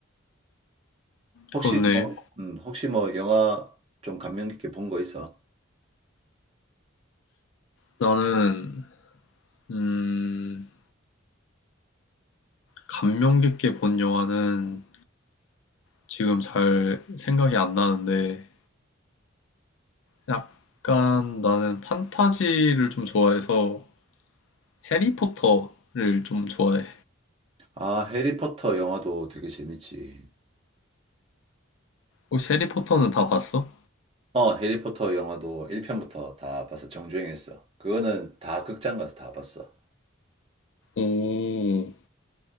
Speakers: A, on the right; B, on the left.
A: 혹시
B: 그렇네.
A: 뭐, 음, 혹시 뭐 영화 좀 감명 깊게 본 거 있어?
B: 나는, 음, 감명 깊게 본 영화는 지금 잘 생각이 안 나는데, 약간 나는 판타지를 좀 좋아해서 해리포터를 좀 좋아해.
A: 아, 해리포터 영화도 되게 재밌지.
B: 혹시 해리포터는 다 봤어?
A: 어, 해리포터 영화도 1편부터 다 봤어. 정주행했어. 그거는 다 극장 가서 다 봤어.
B: 오,